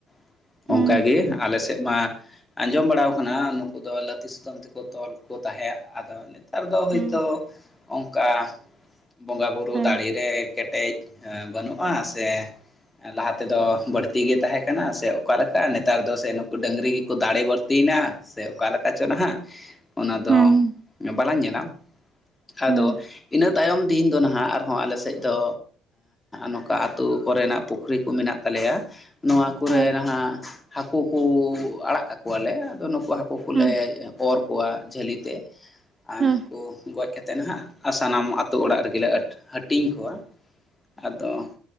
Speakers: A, on the left; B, on the right.
A: ᱾
B: ᱦᱩᱸ
A: ᱚᱱᱠᱟ ᱜᱮ ᱟᱞᱮ ᱥᱮᱫ ᱢᱟ ᱾ ᱟᱸᱡᱚᱢ ᱵᱟᱲᱟ ᱟᱠᱟᱱᱟ ᱱᱩᱠᱩ ᱫᱚ ᱞᱟᱹᱛᱤ ᱥᱩᱛᱟᱹᱢ ᱛᱮ ᱠᱚ ᱛᱚᱞ ᱠᱚ ᱛᱟᱦᱮᱸᱫ ᱟᱫᱚ ᱱᱮᱛᱟᱨ ᱫᱚ ᱦᱳᱭᱛᱳ
B: ᱦᱩᱸ
A: ᱚᱝᱠᱟ ᱵᱚᱸᱜᱟ ᱵᱩᱨᱩ
B: ᱦᱮᱸ
A: ᱫᱟᱲᱮ ᱨᱮ ᱠᱮᱴᱮᱡ ᱵᱟᱹᱱᱩᱜᱼᱟ ᱥᱮ ᱞᱟᱦᱟ ᱛᱮᱫᱚ ᱵᱟᱹᱲᱛᱤᱜᱮ ᱛᱟᱦᱮᱸ ᱠᱟᱱᱟ ᱥᱮ ᱚᱠᱟᱞᱮᱠᱟ ᱱᱮᱛᱟᱨ ᱫᱚ ᱥᱮ ᱱᱩᱠᱩ ᱰᱟᱹᱝᱨᱤ ᱜᱮᱠᱚ ᱫᱟᱲᱮ ᱵᱟᱹᱲᱛᱤᱭᱮᱱᱟ᱾ ᱥᱮ ᱚᱠᱟ ᱞᱮᱠᱟ ᱪᱚ ᱱᱟᱦᱟᱜ ᱚᱱᱟ ᱫᱚ
B: ᱦᱩᱸ
A: ᱵᱟᱞᱟᱝ ᱧᱮᱞᱟ ᱟᱫᱚ
B: ᱦᱩᱸ
A: ᱤᱱᱟᱹᱜ ᱛᱟᱭᱚᱢ ᱫᱤᱱ ᱫᱚ ᱱᱟᱦᱜ ᱟᱨ ᱦᱚᱸ ᱟᱞᱮ ᱥᱮᱫ ᱫᱚ ᱱᱚᱝᱠᱟ ᱟᱛᱩ ᱠᱚᱨᱮᱱᱟᱜ ᱯᱩᱠᱷᱨᱤ ᱠᱚ ᱢᱮᱱᱟᱜ ᱠᱟᱞᱮᱭᱟ ᱱᱚᱣᱟ ᱠᱚᱨᱮ
B: ᱦᱮᱸ
A: ᱱᱟᱦᱟᱜ ᱦᱟᱹᱠᱩ ᱠᱩ ᱟᱲᱟᱜ ᱠᱟᱠᱚᱣᱟ ᱞᱮ ᱟᱫᱚ ᱱᱩᱠᱩ ᱦᱟᱹ ᱦᱟᱹᱠᱩ ᱠᱚᱞᱮ
B: ᱦᱩᱸ
A: ᱚᱨ ᱠᱚᱣᱟ ᱡᱷᱟᱹᱞᱤ ᱛᱮ ᱟᱨ
B: ᱦᱮᱸ
A: ᱱᱩᱠᱩ ᱜᱚᱡ ᱠᱟᱛᱮᱫ ᱱᱟᱦᱟᱜ ᱟᱨ ᱥᱟᱱᱟᱢ ᱟᱹᱛᱩ ᱚᱲᱟᱜ ᱨᱮ ᱜᱮ ᱟᱴ ᱦᱟᱹᱴᱤᱧ ᱠᱚᱣᱟ ᱟᱫᱚ